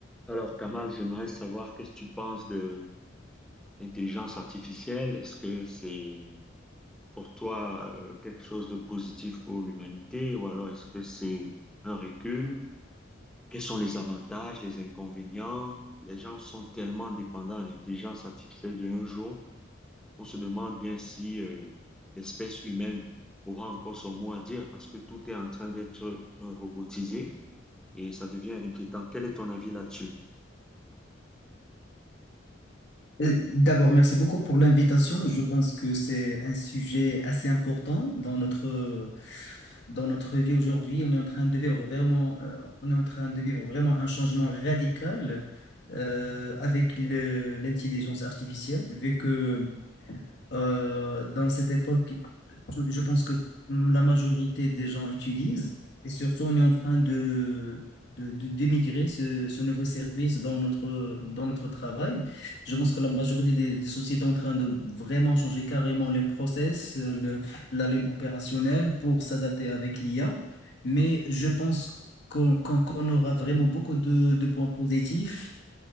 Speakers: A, in the centre; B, on the left (about 65°).
A: Alors, Kamal, j'aimerais savoir qu'est-ce que tu penses de l'intelligence artificielle. Est-ce que c'est pour toi euh, quelque chose de positif pour l'humanité ou alors est-ce que c'est un recul? Quels sont les avantages, les inconvénients? Les gens sont tellement dépendants de l'intelligence artificielle de nos jours, on se demande bien si euh, l'espèce humaine aura encore son mot à dire parce que tout est en train d'être euh, robotisé et ça devient inquiétant. Quel est ton avis là-dessus?
B: Euh, D'abord, merci beaucoup pour l'invitation. Je pense que c'est un sujet assez important dans notre, dans notre vie aujourd'hui. On est en train de vivre vraiment, euh, on est en train de vivre vraiment un changement radical euh, avec le- l'intelligence artificielle, vu que euh, dans cette époque, tu- je pense que la majorité des gens utilisent et surtout on est en train de, de, de- d'émigrer ce, ce nouveau service dans notre, dans notre travail. Je pense que la majorité des, des sociétés sont en train de vraiment changer carrément les process, euh, le, la ligne opérationnelle pour s'adapter avec l'IA. Mais je pense qu'on qu'on- qu'on aura vraiment beaucoup de, de points positifs